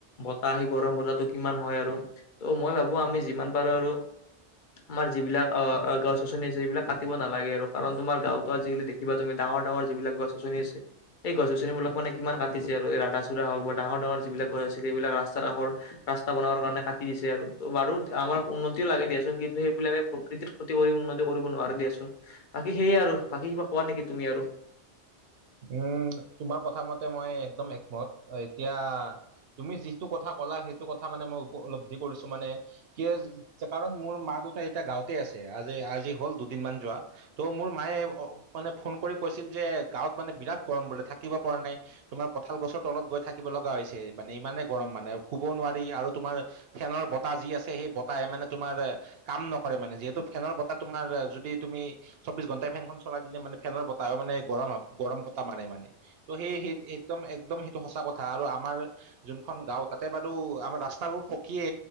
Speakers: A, on the left; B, on the right.
A: বতাহ আহেই গৰম বতাহটো কিমান হয় আৰু ত' মই ভাবো আমি যিমান পাৰো আৰু! আমাৰ যিবিলাক অ গছ গছনি। এইবিলাক কাটিব নালাগে আৰু কাৰণ তোমাৰ গাঁওত আজিকালি দেখিবা তুমি ডাঙৰ যিবিলাক গছ গছনি আছে। এই গছ গছনিবিলাক মানে কিমান কাটিছে আৰু ৰাধা চূড়া হওক বা ডাঙৰ যিবিলাক গছ আছিলে সেইবিলাক ৰাস্তাৰ কাষৰ! ৰাস্তা বনাবৰ কাৰণে কাটি দিছে আৰু ত বাৰু আমাৰ উন্নতি! উন্নতি লাগেই দিয়াচোন কিন্তুে সেইবিলাক প্ৰকৃতি ক্ষতি কৰি উন্নতি! কৰিব নোৱাৰে দিয়াচোন বাকী সেয়েই আৰু বাকী কিবা কোৱা নেকি তুমি আৰু!
B: উমঁ তোমাৰ কথা মতে মই একদম একমত এতিয়া! তুমি যিটো কথা কলা সেইটো কথা মানে মই উপলব্ধি কৰিছো মানে। কিয় কাৰণ মোৰ মা দেউতা এতিয়া গাওঁতে আছে আজি আজি হ'ল দুদিনমান যোৱা। ত' মোৰ মায়ে মানে ফোন কৰি কৈছিল যে গাঁৱত মানে বিৰাট গৰম বোলে থাকিব পৰা নাই। তোমাৰ কঁঠাল গছৰ তলত গৈ থাকিব লগা হৈছে মানে ইমানে গৰম মানে শুব নোৱাৰি আৰু তোমাৰ! ফেনৰ বতাহ যি আছে সেই বতাহ মানে তোমাৰ! কাম নকৰে মানে যিহেতু ফেনৰ বতাহ তোমাৰ যদি তুমি! চৌবিশ ঘণ্টাই ফেনখন চলাই দিলে মানে ফেনৰ বতাহো মানে গৰম গৰম বতাহ মাৰে মানে। ত' সেই সেই একদম একদম সেইটো সঁচা কথা আৰু আমাৰ! যোনখন গাঁও তাতে বাৰু আমাৰ ৰাস্তাবোৰ পকিয়ে।